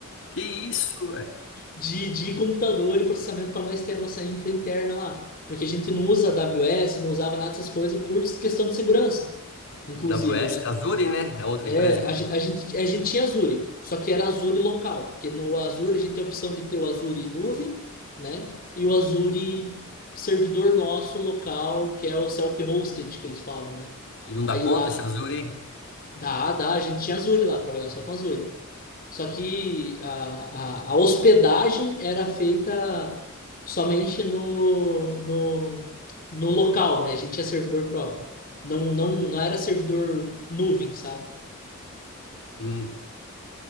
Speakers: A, on the left; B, on the left.
A: Que isso,
B: de, de computador e processamento para nós ter a nossa infra interna lá. Porque a gente não usa AWS, não usava nada dessas coisas por questão de segurança, inclusive,
A: AWS,
B: né?
A: Azure, né? É outra
B: É,
A: empresa que
B: a,
A: tem.
B: gen- a gente, a gente tinha Azure, só que era Azure local, porque no Azure a gente tem a opção de ter o Azure nuvem, né? E o Azure servidor nosso local, que é o self-hosted que eles falam, né?
A: E não dá
B: Aí
A: conta
B: lá,
A: esse Azure.
B: dá, dá, a gente tinha Azure lá, trabalhava só com Azure. Só que a, a, a hospedagem era feita somente no, no, no local, né? A gente tinha servidor próprio. Não, não, não era servidor nuvem, sabe?
A: Hum.